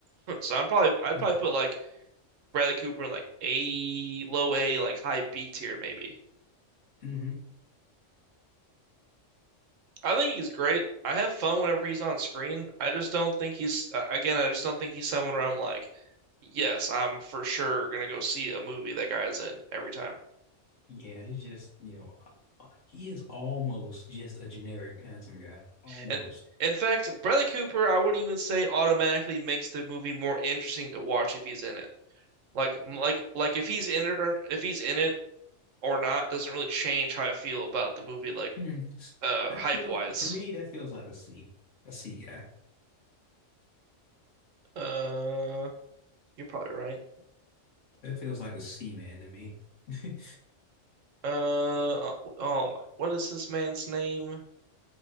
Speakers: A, on the right; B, on the left.
A: <laughs> So I'm probably I'd
B: I
A: probably
B: think.
A: put like Bradley Cooper in like A, low A, like high B tier maybe.
B: hmm
A: I think he's great. I have fun whenever he's on screen. I just don't think he's uh, again, I just don't think he's someone where I'm like, yes, I'm for sure gonna go see a movie that guy's in every time.
B: Yeah, he's just you know, uh, uh, he is almost just a generic handsome guy, almost.
A: And in fact, Bradley Cooper, I wouldn't even say automatically makes the movie more interesting to watch if he's in it. Like like like if he's in it or if he's in it or not doesn't really change how I feel about the movie like
B: Hmm.
A: uh
B: That
A: hype
B: feel
A: wise.
B: for me, that feels like a C. A C, yeah.
A: Uh, you're probably right.
B: That feels like a C man to me. <laughs>
A: Uh, oh oh my, what is this man's name?